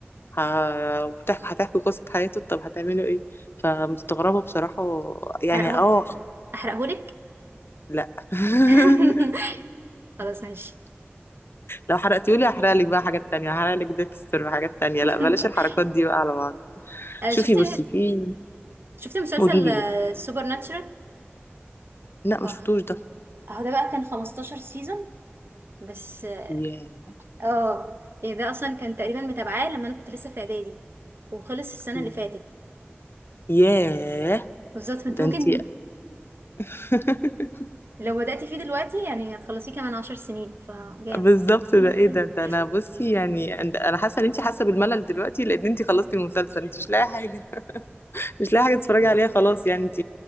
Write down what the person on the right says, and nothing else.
احرقه
احرقهولك
<laughs> خلاص ماشي
<laughs>
آه،
شفت
شفت مسلسل
سوبر ناتشرال
اه
اهو ده بقى كان 15 سيزون بس اه
آه، يعني ده اصلا كان تقريبا متابعاه لما انا كنت لسه في اعدادي وخلص السنه
اللي فاتت
بالظبط <laughs> فانت
ممكن
لو بدأتي فيه دلوقتي يعني هتخلصيه كمان 10 سنين فجامد
<laughs>